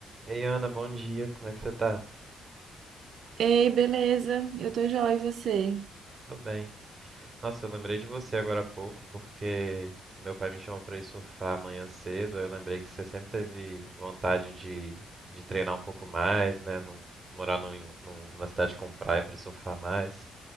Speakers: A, on the right; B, on the right.
A: Ei, Ana, bom dia. Como é que você tá?
B: Ei, beleza? Eu tô joia, e você?
A: Tô bem. Nossa, eu lembrei de você agora há pouco porque meu pai me chamou pra ir surfar amanhã cedo. aí Eu lembrei que você sempre teve vontade de, de treinar um pouco mais, né? Num, morar num, num- numa cidade com praia pra surfar mais.